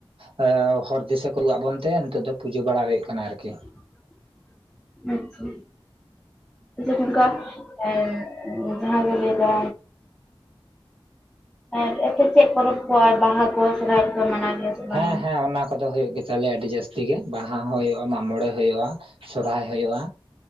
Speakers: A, on the right (about 70°); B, in the centre.
A: ᱦᱮᱸ ᱦᱚᱲ ᱫᱤᱥᱟᱹ ᱠᱚ ᱨᱩᱭᱟ ᱟᱵᱚᱱ ᱛᱮ ᱱᱤᱛᱚᱜ ᱫᱚ ᱯᱩᱡᱟᱹ ᱵᱟᱲᱟ ᱦᱩᱭᱩᱜ ᱠᱟᱱᱟ ᱟᱨᱠᱤ,
B: ᱦᱩᱸ ᱦᱩᱸ <unintelligible> <unintelligible> ᱦᱮᱸ ᱦᱮᱸ ᱡᱟᱦᱟᱸ ᱠᱚ ᱞᱟᱹᱭᱫᱟ ᱟᱨ ᱮᱜᱴᱩ ᱪᱮᱜ ᱯᱚᱨᱚᱵᱽ ᱠᱚ ᱟᱨ ᱵᱟᱦᱟ ᱠᱚ ᱥᱚᱨᱦᱟᱭ ᱠᱚᱯᱮ ᱢᱟᱱᱟᱣ, ᱜᱮᱭᱟ ᱥᱮ ᱵᱟᱝ?
A: ᱦᱮᱸ ᱦᱮᱸ ᱚᱱᱟ ᱠᱚᱫᱚ ᱦᱩᱭᱩᱜ ᱜᱮ, ᱛᱟᱞᱮ ᱟᱹᱰᱤ ᱡᱟᱹᱥᱛᱤ ᱜᱮ ᱵᱟᱦᱟ ᱦᱚᱸ ᱦᱩᱭᱩᱜᱼᱟ ᱢᱟᱜ ᱢᱚᱬᱮ ᱦᱩᱭᱩᱜᱼᱟ ᱥᱚᱨᱦᱟᱭ ᱦᱩᱭᱩᱜᱼᱟ᱾